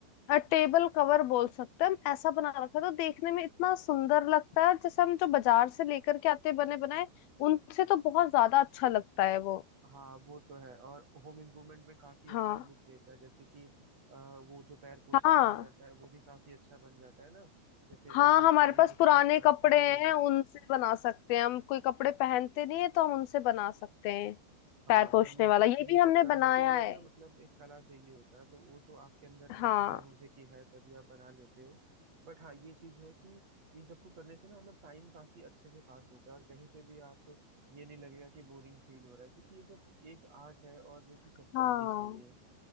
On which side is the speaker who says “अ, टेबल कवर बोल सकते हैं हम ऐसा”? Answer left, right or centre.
Left